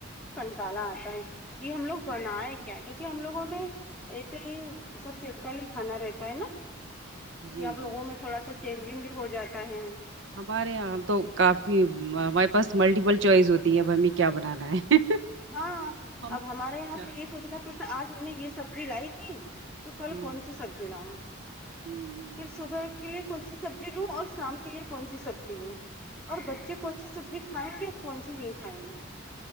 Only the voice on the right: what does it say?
جی
جی
ہمارے یہاں ہم تو کافی ہمارے پاس ملٹیپل چوائز ہوتی ہے اب ہمیں کیا بنانا ہے
ہم
کیا
ہوں
ہوں